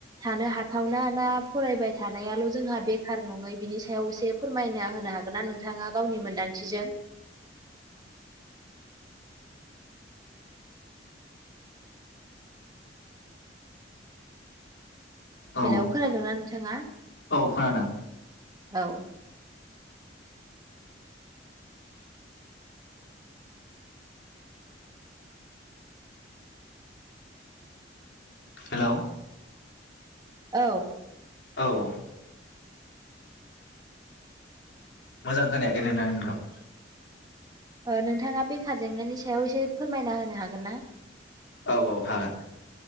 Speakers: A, on the right; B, on the left.
A: थानो हाथावना ना फरायबाय थानायाल जोंहा बेखार नङै बिनि सा सायाव एसे फोरमायना होनो हागोन ना नोंथाङा गावनि मोनदांथिजों?
B: औ
A: बेलायाव खोनादोंना नोंथाङा?
B: औ खोनादों।
A: औ।
B: हेलौ
A: औ।
B: औ। मोजां खोनायाखै नोंथांनिखौ।
A: ओ नोंथाङा बेखार जेंनानि सायाव एसे फोरमायना होनो हागोन ना?
B: औ हागोन।